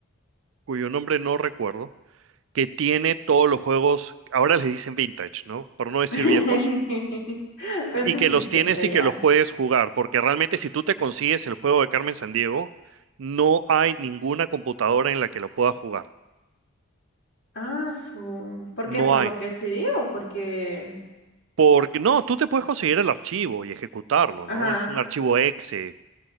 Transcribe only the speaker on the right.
cuyo nombre no recuerdo, que tiene todos los juegos, ahora les dicen vintage, ¿no? Por no decir
viejos
y
que
los tienes
y que los puedes jugar, porque realmente si tú te consigues el juego de Carmen Sandiego, no hay ninguna computadora en la que lo puedas jugar.
No
hay.
Porque no, tú te puedes conseguir el archivo y ejecutarlo,
¿no? Es un archivo exe